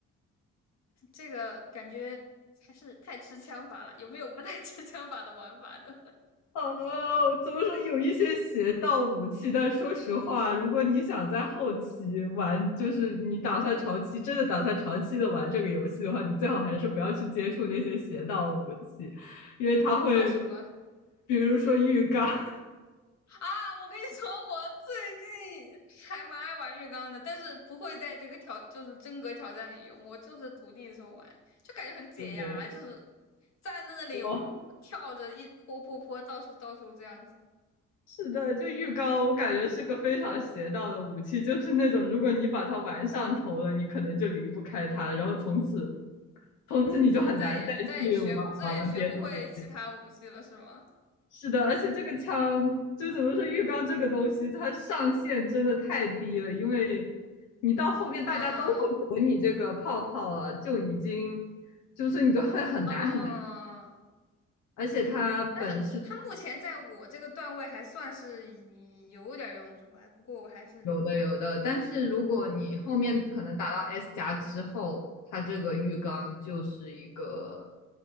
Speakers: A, on the left (about 60°); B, on the left (about 80°).
A: 这个感觉还是太吃枪法了。有没有不太吃枪法的玩法呢？
B: 哦，怎么说有一些邪道武器，但说实话，如果你想在后期玩，就是你打算长期真的打算长期的玩这个游戏的话，你最好还是不要去接触那些邪道武器，因为它会，
A: <laughs> 比如说什么
B: 比如说浴缸，<laughs>
A: 啊？我跟你说，我最近还蛮爱玩浴缸的，但是不会在这个挑就是真格挑战里用。我就是徒弟的时候玩，就感觉很解压，
B: 对
A: 就是站在那里我我跳着一坡坡坡到处到处这样子，
B: 哇，我是的，就浴缸，我感觉是个非常邪道的武器，就是那种如果你把它玩上头了，你可能就离不开它，然后从此从此你就很难再去玩玩别的武器。
A: 就是再也再也学再也学不会其他武器了，是吗？
B: 是的，而且这个枪就怎么说，浴缸这个东西，它上限真的太低了，因为你到后面大家都会躲你这个泡泡了，
A: 啊，
B: 就已经就是你就会很难很难，
A: 嗯。
B: 而且它本身
A: 但是他目前在我这个段位还算是有点用处吧。不过我还是
B: 有的有的，但是如果你后面可能打到
A: 我我
B: S 加之后，它这个浴缸就是一个